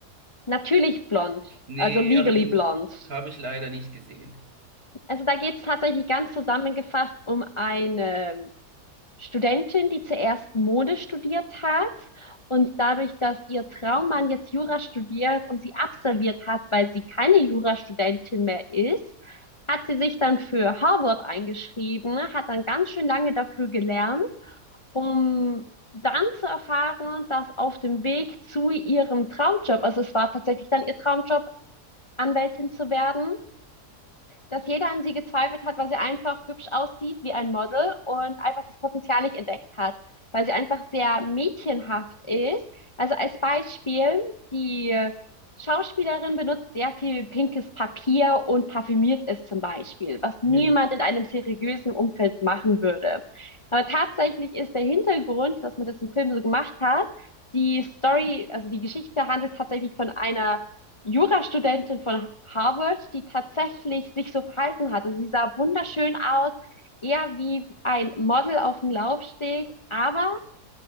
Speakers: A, on the left; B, on the right.
A: Natürlich Blond,
B: Nee,
A: also Legally
B: habe ich nicht,
A: Blond.
B: habe ich leider nicht gesehen.
A: Also da geht es tatsächlich ganz zusammengefasst um eine Studentin, die zuerst Mode studiert hat und dadurch, dass ihr Traummann jetzt Jura studiert und sie absolviert hat, weil sie keine Jurastudentin mehr ist, hat sie sich dann für Harvard eingeschrieben, hat dann ganz schön lange dafür gelernt, um dann zu erfahren, dass auf dem Weg zu ihrem Traumjob, also es war tatsächlich dann ihr Traumjob, Anwältin zu werden, dass jeder an sie gezweifelt hat, weil sie einfach hübsch aussieht wie ein Model und einfach das Potenzial nicht entdeckt hat, weil sie einfach sehr mädchenhaft ist. Also als Beispiel, die Schauspielerin benutzt sehr viel pinkes Papier und parfümiert ist zum Beispiel, was
B: Mhm.
A: niemand in einem seriösen Umfeld machen würde. Aber tatsächlich ist der Hintergrund, dass man das im Film so gemacht hat, die Story, also die Geschichte handelt tatsächlich von einer Jurastudentin von Harvard, die tatsächlich sich so verhalten hat. Also sie sah wunderschön aus, eher wie ein Model auf dem Laufsteg, aber